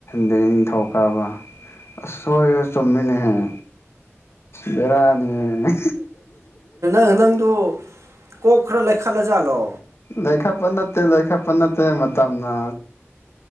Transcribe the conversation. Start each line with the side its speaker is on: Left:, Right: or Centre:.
Left: ꯅꯤꯡꯊꯧ ꯀꯥꯕ ꯑ ꯍꯣꯏ ꯍꯣꯏ ꯆꯨꯝꯃꯤꯅꯤ ꯍꯥꯏ ꯕꯦꯔꯥꯅꯤꯍꯦ
Right: ꯅꯪ ꯅꯪꯗꯣ ꯀꯣꯛ ꯈ꯭ꯔ ꯂꯩꯈꯠꯂꯖꯥꯠꯂꯣ
Left: ꯂꯩꯈꯠꯄ ꯅꯠꯇꯦ ꯂꯩꯈꯠꯄ ꯅꯠꯇꯦ ꯃꯇꯝꯁ